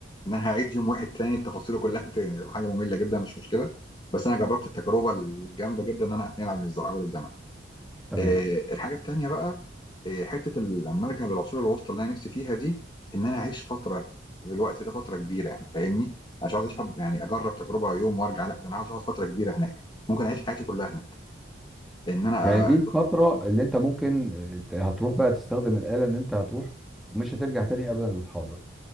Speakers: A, on the left; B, in the centre.
A: ان انا هعيد يوم واحد تاني تفاصيله كلها تاني تبقى حاجه ممله جدا مش مشكله بس انا جربت التجربه الجامده جدا ان انا اتنقل عبر الز- عبر الزمن
B: تمام
A: آه، الحاجه التانيه بقى آه، حته ال- لما ارجع للعصور الوسطى اللي انا نفسي فيها دي ان انا اعيش فتره في الوقت ده فتره كبيره يعني فاهمني مش عايز اشحب يعني اجرب تجربه يوم وارجع لا ده انا عايز اقعد فتره كبيره هناك ممكن اعيش حياتي كلها هناك ان انا
B: يعني دي الفتره
A: اه
B: اللي انت ممكن آه، هتروح بقى تستخدم الاله ان انت هتروح ومش هترجع تاني ابدا للحاضر